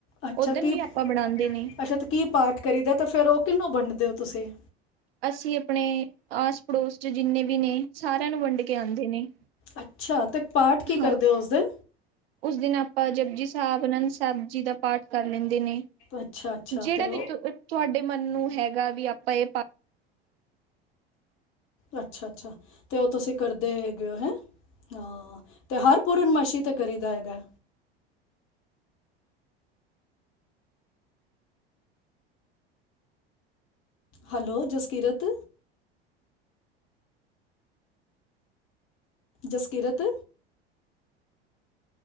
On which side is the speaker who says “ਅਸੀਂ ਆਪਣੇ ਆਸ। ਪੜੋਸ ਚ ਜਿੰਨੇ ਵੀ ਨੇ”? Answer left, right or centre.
Right